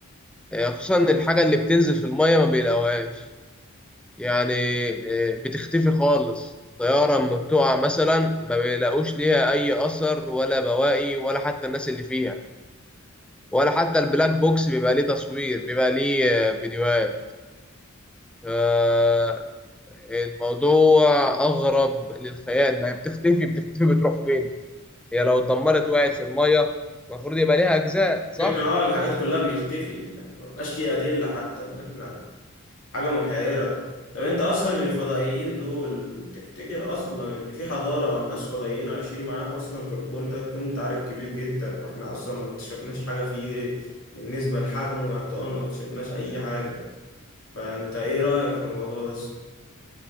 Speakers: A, in the centre; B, on the left.
A: آه، خصوصا إن الحاجة اللي بتنزل في المية ما بيلاقوهاش يعني آه، بتختفي خالص الطيارة لما بتقع مثلا ما بيلاقوش ليها أي أثر ولا بواقي ولا حتى الناس اللي فيها ولا حتى البلاك بوكس بيبقى ليه تصوير بيبقى ليه آه، فيديوهات آه، الموضوع أغرب للخيال ما هي بتختفي بتختفي بتروح فين هي لو اتدمرت وقعت في المية المفروض يبقى ليها أجزاء صح
B: الفكرة اه الحاجات كلها بيختفي يعني مبقاش فيه أدلة حتى إن إحنا حاجة محيرة طب أنت أصلا الفضائيين دول تفتكر أصلا إن في حضارة أو ناس فضائيين عايشين معانا أصلا في الكون ده الكون ده عارف كبير جدا وإحنا أصلا ما اكتشفناش حاجة فيه بالنسبة لحجمه يعتبر ما اكتشفناش أي حاجة فأنت إيه رأيك في الموضوع ده أصلا؟